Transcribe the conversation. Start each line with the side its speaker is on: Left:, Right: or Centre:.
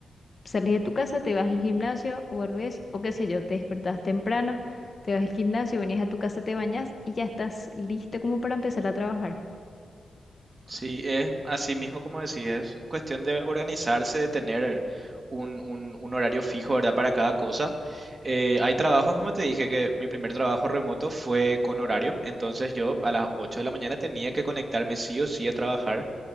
Left: salís de tu casa, te vas al gimnasio, vuelves o qué sé yo, te despertás temprano, te vas al gimnasio, venís a tu casa, te bañas y ya estás listo como para empezar a trabajar.
Right: Sí, es así mismo como decís, es cuestión de organizarse, de tener un, un- un horario fijo, ¿verdad? Para cada cosa. Eh, hay trabajos, como te dije, que mi primer trabajo remoto fue con horario, entonces yo a las 8 de la mañana tenía que conectarme sí o sí a trabajar.